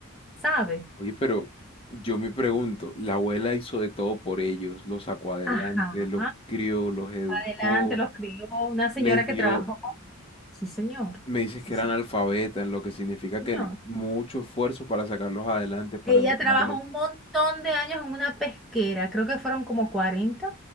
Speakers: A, in the centre; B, on the left (about 25°).
A: ¿sabes?
B: Oye, pero yo me pregunto, la abuela hizo de todo por ellos, los sacó adelante,
A: Ajá.
B: los crió, los educó,
A: Adelante, los crió una señora
B: les dio,
A: que trabajó. Sí, señor.
B: me dices
A: Sí,
B: que
A: sí,
B: eran alfabetas, lo que significa
A: señor.
B: que el- mucho esfuerzo para sacarlos adelante, para
A: Ella
B: educarlos.
A: trabajó un montón de años en una pesquera, creo que fueron como 40